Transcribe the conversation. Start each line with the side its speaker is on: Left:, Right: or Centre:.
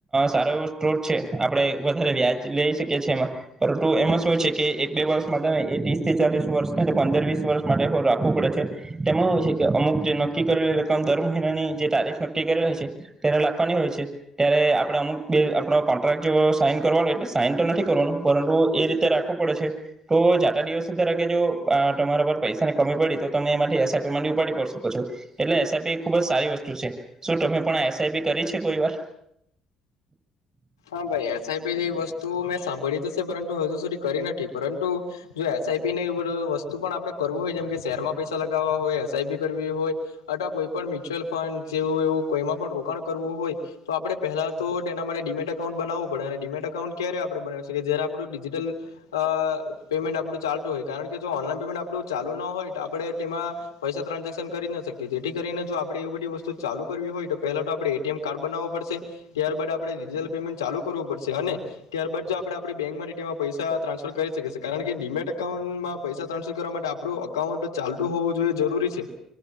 Right: સારો એવો સોત છે આપણે વધારે વ્યાજ લઈ શકીએ છીએ એમાં પરંતુ એમાં શું હોય છે કે એક બે વર્ષ માટે ને એ ત્રીસ થી ચાલીસ વર્ષ કાર પંદર વીસ વર્ષ માટે રાખવું પડે છે તેમાંય છે કે અમુક જે નક્કી કરેલી રકમ દર મહિનાની જે તારીફ નક્કી કરી હોય છે ત્યારે લખવાની હોય છે ત્યારે આપડ અમુક બે આપણો કોન્ટ્રાક જો સાઈન કરવાનું એટલે સાઈન તો નથી કરવાનું પરંતુ એ રીતે રાખવો પડે છે તો જાતા દિવસસે ધરા કે જો તમારા પર પૈસા ની કમી પડી તો તમે એમાંથી એસઆઈપી માટે ઉપાડી પ શકો છો એટલે એસઆઈપી ખુબ જ સારી વસ્તુ છે શું તમે પણ એસઆઈપી કરી છે કોઈ વાર
Left: હ ભાઈ એસઆઈપી જે વસ્તુ મેં સાંભળી તો છે પરંતુ હજુ સુધી કરી નથી પરંતુ જો એસઆઈપી ને વસ્તુ પણ આપડણે કરવું હોય જેમ કે શેરમાં પૈસા લગાવવા હોય એસઆઈપી કરવી હોય અથવા કોઈ પણ મ્યુચ્યુઅલ ફંડ જેવું એવું કોઈમાં પણ રોકાણ કરવું હોય તો આપણે પહેલા તો તેના માટેડીમેટ અાઉન્ટ બનાવું પડે અને ડીમેટ અાઉન્ટ ક્યારે આપણે બનાવી શએ જય્યારે આપણું ડિજિટલ અ પેમેન્ટ આપણું ચાલતું હોય કારણ કે જો ઓનલાઈન પેમેન્ટ આપણું ચાલુ ન હોય તો આપણે તેમાં પૈસા ટ્રાન્ઝેક્શન કરી ના શકીએ જેથી કરીને જો આપણે એવી બધી વસ્તુ ચાલુ કરવી હોય તો પહેલા તો આપણે એટીએમ કાર્ડ બનાવવું પડશે ત્યારબદ આપણે ડિજિટલ પેમેન્ટ ચાલુ કરવું પડશે અને ત્યારબાદ જો આપણે આપણી બેંક માં તેમાં પૈસા ટ્રાન્સફર કરી શકી કારણ કે ડીમેટ અઉન્ટમાં પૈસા ટ્રાન્સફર કરવા માટે આપણું અકાઉન્ટ ચાલતું હોવું જોઈએ જરૂરી છે